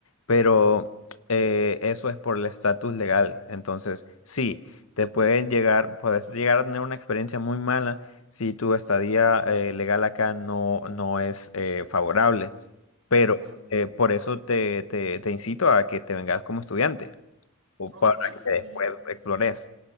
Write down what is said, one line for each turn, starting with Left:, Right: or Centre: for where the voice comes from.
Left: pero eh, eso es por el estatus legal. Entonces, sí te pueden llegar, puedes llegar a tener una experiencia muy mala si tu estadía eh, legal acá no, no es eh, favorable. Pero
Right: Ujú,
Left: eh, por eso te, te, te incito a que te vengas como estudiante o
Right: Ok,
Left: para que
Right: y,
Left: después explores.